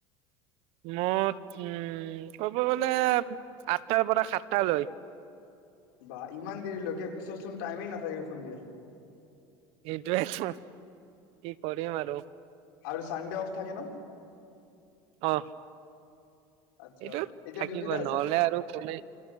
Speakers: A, on the right; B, on the left.
A: মোৰ উম ক'ব গ'লে আঠটাৰ পৰা সাতটালৈ।
B: বা ইমান দেৰিলৈকে। পিছত চোন টাইমেই নাথাকে সন্ধিয়া।
A: এইটোৱেই টো কি কৰিম আৰু
B: আৰু চানডে অফ থাকে ন
A: অ'
B: আচ্ছা
A: এইটো
B: এতিয়া
A: থাকিব
B: ডিউটিতে আছা
A: নহ'লে আৰু কোনে